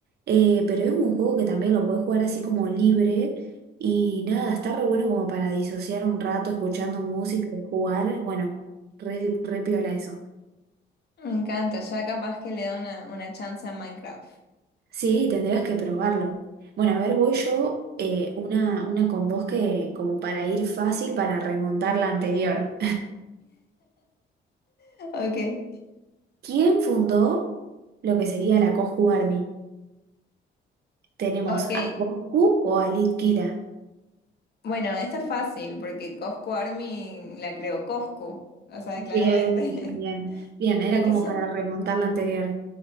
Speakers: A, on the right (about 55°); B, on the left (about 55°).
A: eh, pero es un juego que también lo puedes jugar así como libre y nada, está re bueno como para disociar un rato escuchando música y jugar, bueno, re, re piola eso.
B: Me encanta, ya capaz que le da una, una chance a Minecraft.
A: Sí, tendrías que probarlo. Bueno, a ver, voy yo eh, una, una con vos que como para ir fácil para remontar la anterior.
B: Ok,
A: ¿Quién fundó lo que sería la Coscu Army? Tenemos
B: ok.
A: a Coscu o a Litkila.
B: Bueno, esta es fácil porque Coscu Army la creó Coscu, o sea,
A: Bien,
B: claramente.
A: bien, bien.
B: <laughs>
A: Bien, era
B: ¿Y qué
A: como
B: son
A: para remontar la anterior.